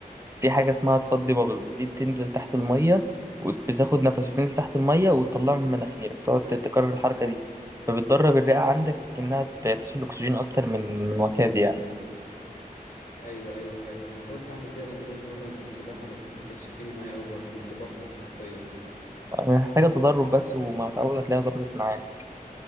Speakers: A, on the right (about 20°); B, on the left (about 85°).
A: في حاجه اسمها تفضي بابلز دي بتنزل تحت الميه وبتاخد نفس وتنزل تحت الميه وتطلعه من مناخيرك تقعد تكرر الحركه دي فبتدرب الرئه عندك انها تشيل اكسجين اكتر من من المعتاد يعني
B: ايوه ايوه فاهم انا حاولت اعمل كده لما جيت اتمرن سباحه بس ما كانتش بتيجي معايا قوي برضه كنت بفطس حرفيا
A: محتاجه تدرب بس ومع تعود هتلاقيها ظبطت معاك